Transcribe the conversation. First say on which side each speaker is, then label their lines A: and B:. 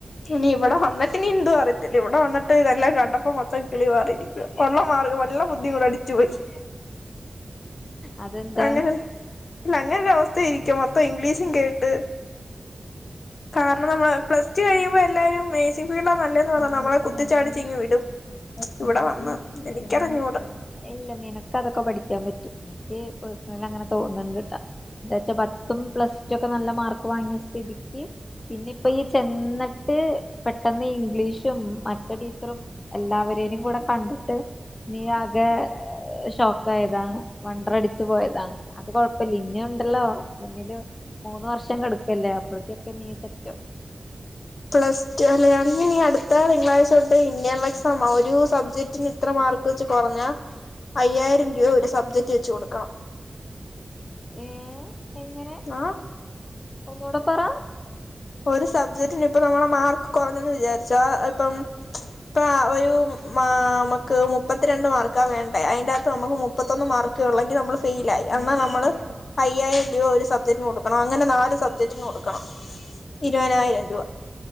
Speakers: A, on the left; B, on the left.
A: ഇനി ഇവടെ വന്നിട്ട്നി ണ്ടോ അറിയത്തില്ല ഇവടെ വന്നിട്ട് ഇതല്ലാം കണ്ടപ്പം മൊത്തം കിളി പാറിയിരിക്ക കൊള്ള മാർഗം വല്ല ബുദ്ധി <unintelligible> ചുവച്ച്
B: അതെന്താ
A: അങ്ങനെ ഇല്ല അങ്ങനൊരവസ്ഥ ത്തി ഇരിക്കും മൊത്തം ഇംഗ്ലീഷും കേട്ട് കാരണം നമ്മ പ്ലസ്റ്റു കഴിയുമ്പേ എല്ലാരും മേസി ഫീൽടാണ് നല്ലത് ന്ന് പറഞ്ഞ നമ്മളെ കുത്തിച്ചാടിച്ചിങ്ങ് വിടും ഇവിടെ വന്ന് എനിക്കറിഞ്ഞൂടാ
B: ഇല്ല നിനക്കതൊക്കെ പഠിക്കാൻ പറ്റും ഈ പേസ് ന്നാലും അങ്ങനെ തോന്ന്ണ് ണ്ട് ട്ടോ ന്ന് വച്ചാ പ പ്പം പ്ലസ്റ്റ്റ്റു ഒക്കെ നല്ല മാർ ക്കൊ വാങ്ങിയ സ്ഥിതിക്ക് പിന്നെ പ്പെ യ്യ് ചെന്നിട്ട് പെട്ടെന്ന് ഇംഗ്ലീഷും മറ്റ ടീച്ചറും എല്ലാവരേനിം കൂടെ കണ്ടുട്ട് നീ ആകെ ഷോക്കായതാണ് വണ്ട്രടിച്ചു പോയതാണ് അത് കൊഴപ്പല്ലേ ഇനി ഒണ്ടല്ലോ മുന്നില് മൂന്ന് വർഷം കടക്കല്ലേ അപ്പോഴ യൊക്കെ നീ സെറ്റവും
A: പ്ലസ്റ്റ്റ്റു അല്ല ഞ്ഞി നീ അടുത്ത തിങ്കളാഴ്ച തൊട്ട് ഇന്റെണൽ എക്സാം ഒരു സബ്ജക്ടിന് ഇത്ര മാർക്ക് വെച്ച് കൊറഞ്ഞാ അയ്യായിരം രൂപ ഒരു സബ്ജക്ട് വെച്ച് കൊടുക്കണം
B: ഏ എങ്ങനെ
A: ന്നാ
B: ഒന്നൂടെ പറ
A: ഒരു സബ്ജക്റ്റിന് ഇപ്പൊ നമ്മടെ മാർക്ക് കുറഞ്ഞെന്ന് വിചാരിച്ചൊ ഇപ്പം ഇപ്പാ ഒരു മാ മ്മക്ക് മുപ്പത്തിരണ്ട് മാർക്കാ വേണ്ടേ അയിന്റകത്ത് നമുക്ക് മുപ്പത്തൊന്ന് മാർക്ക് ഉള്ളെങ്കി നമ്മള് ഫൈൽ ആയി എന്നാൽ നമ്മള് അയ്യായിരം രൂപ ഒരു സബ്ജക്ടിന് കൊടുക്കണം അങ്ങനെ നാല് സബ്ജക്ടിന് കൊടുക്കണം. ഇരുപതിനായിരം രൂപ